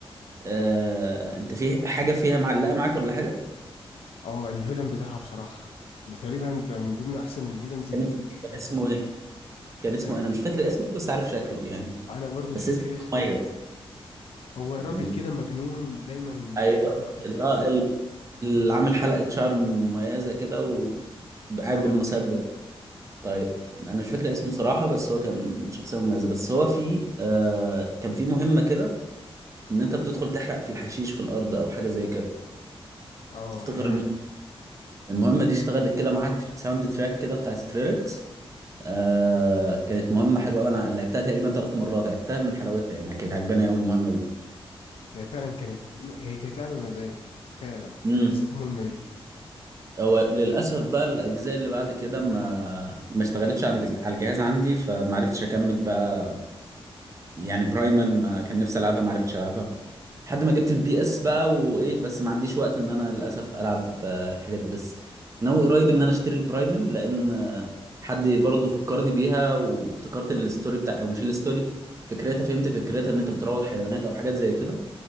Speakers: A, on the right; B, on the left.
A: آه، انت في حاجه فيها معلقه معاك ولا حاجه
B: اه الفيلم بتاعها بصراحة ده تقريبا ده من ضمن احسن الفيلنز اللي
A: كان اسمه
B: شفتها
A: كان اسمه
B: في ال...
A: ايه كان اسمه
B: آه
A: انا مش فاكر اسمه بس عارف شكله يعني
B: انا برضو
A: بس
B: مش فاكر
A: اسمه
B: اسمه
A: مميز
B: هو راجل
A: يعني
B: كده مجنون دايما
A: ايوه
B: بيحب يخطف
A: اللي
B: ويقتل
A: هو
B: في
A: ال-
B: الم-
A: اللي عامل حلقه شعر مميزه كده وقاعد
B: اه
A: بالمسدس طيب انا مش فاكر اسمه صراحه بس هو كان شخصيه مميزه بس هو في آه كان في مهمه كده ان انت بتدخل تحرق في الحشيش في الارض او حاجه زي كده
B: اه
A: تفتكر
B: ياه
A: الم- المهمه دي اشتغلت كده معاها تر- ساوند تراك كده بتاع سكريلكس آه كانت مهمة حلوة أوي أنا لعبتها تقريبا ثلاث مرات عدتها من حلاوتها يعني كانت عجباني أوي المهمة دي
B: هي فعلا كانت هي كانت لعبة مزاج فعلا
A: مم.
B: بالذات المهمة دي
A: هو للأسف بقى الأجزاء اللي بعد كده ما ما اشتغلتش عند ال- على الجهاز عندي فما عرفتش أكمل بقى يعني برايمال ما كان نفسي ألعبها ما عرفتش ألعبها لحد ما جبت البي اس بقى وايه بس ما عنديش وقت ان انا للاسف العب آه، الحاجات دي بس ناوي قريب ان انا اشتري البرايمال لان آه، حد برضو فكرني بيها وافتكرت الستوري بتاع او مش الستوري فكرتها فهمت فكرتها ان انت بتروض حيوانات او حاجات زي كده